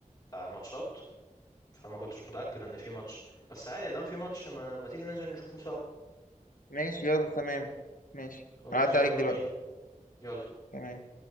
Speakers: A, on the left; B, on the left.
A: بتاع الماتشات فما كنتش متأكد ان في ماتش بس عادي يا دام في ماتش ما, ما تيجي ننزل نشوفه سوا
B: ماشي يلا تمام ماشي
A: خلاص
B: هعدي عليك
A: يلا
B: دلوقتي
A: بينا يلا
B: تمام